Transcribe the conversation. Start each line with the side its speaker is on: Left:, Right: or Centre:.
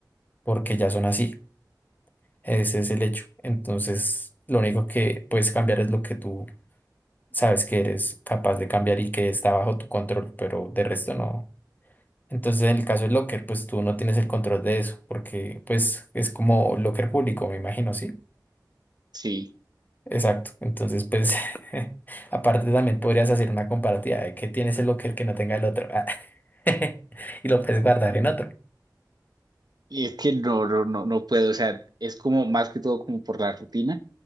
Left: porque ya son así. Ese es el hecho. Entonces, lo único que puedes cambiar es lo que tú sabes que eres capaz de cambiar y que está bajo tu control, pero de resto no. Entonces, en el caso de Locker, pues tú no tienes el control de eso, porque pues es como Locker público, me imagino, ¿sí?
Right: Sí,
Left: Exacto. Entonces, pues, <laughs> aparte también podrías hacer una comparativa de que tienes el Locker que no tenga el otro ah, <laughs> y lo puedes guardar en otro.
Right: y es que no, no, no, no puedo, o sea, es como más que todo como por la rutina,